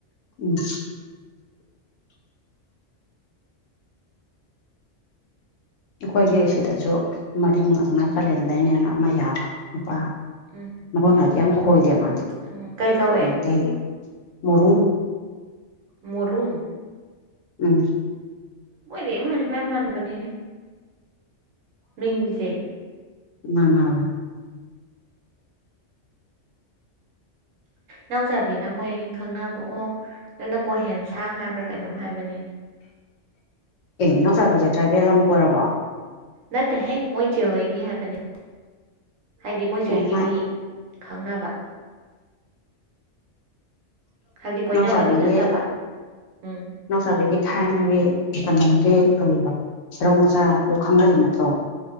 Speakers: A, on the left (about 80°); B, on the right (about 90°).
A: ꯎꯝ ꯑꯩꯈꯣꯏꯒꯤ ꯁꯤꯗꯁꯨ ꯃꯔꯤꯡ ꯑꯗꯨꯃꯥꯏꯅ ꯀꯥꯂꯦꯟꯗꯅꯦꯅ ꯑꯃ ꯌꯥ ꯄꯥꯝꯃꯦ
B: ꯎꯝ
A: ꯃꯐꯝꯅꯗꯤ ꯌꯥꯝ ꯈꯣꯏꯗꯦ ꯃꯥꯗꯤ
B: ꯎꯝ ꯀꯩ ꯀꯧꯋꯦ
A: ꯑꯇꯩꯗꯤ ꯃꯔꯣꯔꯨꯝ
B: ꯃꯔꯔꯨꯝ
A: ꯎꯝ
B: ꯃꯣꯏꯗꯤ ꯃꯥꯅꯤ ꯃꯥꯅ ꯃꯥꯅꯕꯅꯤꯅꯦ ꯃꯤꯡꯁꯦ
A: <unintelligible>
B: ꯏꯅꯥꯎꯆꯥꯥꯕꯤꯅ ꯃꯣꯏ ꯈꯪꯅꯕ ꯑꯣ ꯅ ꯀꯣꯍꯦꯟꯁꯥꯡ ꯍꯥꯏꯕ꯭ꯔꯥ ꯀꯩꯅꯣꯝ ꯍꯥꯏꯕꯅꯤꯅꯦ
A: ꯑꯦ ꯅꯎꯆꯥꯥꯕꯤꯁꯦ ꯇ꯭ꯔꯥꯏꯕꯦꯜ ꯑꯃ ꯀꯣꯏꯔꯕ
B: ꯅꯠꯇꯦꯍꯦ ꯃꯣꯏꯁꯤꯦ ꯍꯣꯏꯒꯤ ꯍꯥꯏꯕꯅꯤ ꯍꯥꯏꯗꯤ ꯃꯣꯏꯁꯤꯦꯍꯣꯏꯒꯤ
A: ꯑꯣ ꯃꯥ
B: ꯃꯤ ꯈꯪꯅꯕ ꯍꯥꯏꯕꯗꯤ ꯀꯣꯏꯅꯕꯒꯤ
A: ꯁꯥꯕꯤꯒꯤ
B: ꯅꯠꯇꯕ ꯎꯝ
A: ꯁꯥꯕꯤꯒꯤ ꯊꯥꯏꯅꯒꯤ ꯀꯩꯅꯣꯒꯦ ꯇꯧꯔꯤꯕ ꯁꯦꯔꯧ ꯃꯆꯥꯗꯨ ꯈꯪꯅꯔꯤ ꯅꯠꯇ꯭ꯔꯣ